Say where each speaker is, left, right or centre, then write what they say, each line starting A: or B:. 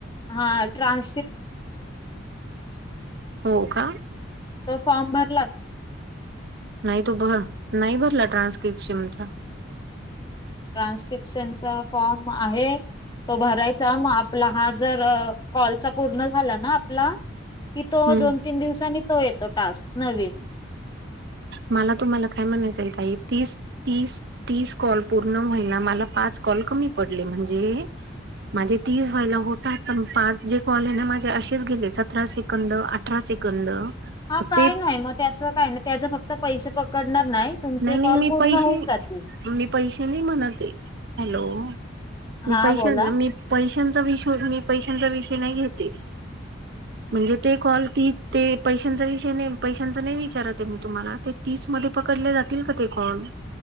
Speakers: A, on the left; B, on the right.
A: हा,
B: हो का?
A: तो, फॉर्म भरला
B: नाही. तो भर नाही भरला ट्रान्स्क्रिपशमचा
A: ट्रान्स्क्रिप्शनचा फॉर्म आहे? तो भरायचा मग आपला हा जर कॉलचा पूर्ण झाला ना आपला, कि तो
B: हम्म
A: दोन- तीन दिवसांनी तो येतो टास्क नवीन,
B: मला तुम्हाला काय म्हणायचं येत आहे तीस. तीस तीस कॉल पूर्ण व्हायला मला,? पाच कॉल कमी पडले म्हणजे माझे तीस व्हायला होतात पण पाच जे कॉले ना माझे असेच गेले सतराे, सतरा सेकंद अठरा सेकंद,
A: हा काय
B: ते
A: नाही मग त्याचं काय नाही त्याच फक्त पैसे प, करणार नाही. तुमचे
B: नाही
A: कॉल
B: मी
A: पूर्ण
B: पैसे
A: होऊन जातील?
B: मी पैसे नाही म्हणत हे.. हॅलो मी
A: हा
B: पैसे
A: बोला
B: मी पैशांचा मी पैशांचा नाही घेते
A: <unintelligible>
B: म्हणजे ते कॉल ती ते पैशांचा विषय नाही, पैशांच नाही विचारत आहे मी तुम्हाला ते तीस म पकडल्या जातील का ते कॉल,